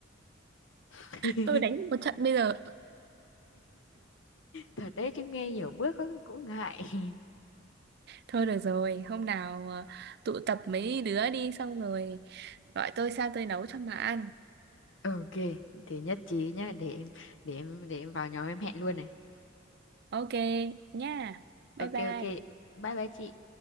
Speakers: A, on the left; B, on the right.
A: <laughs>
B: Tôi đánh một trận bây giờ.
A: Thật đấy chứ nghe nhiều bước á, cũng ngại <laughs>
B: Thôi được rồi, hôm nào ờ, tụ tập mấy đứa đi xong rồi gọi tôi sang tôi nấu cho mà ăn.
A: Ok thế nhất trí nhá Để em để em để em vào nhóm em hẹn luôn này
B: Ok nha. Bye
A: Ok
B: bye.
A: ok Bye bye chị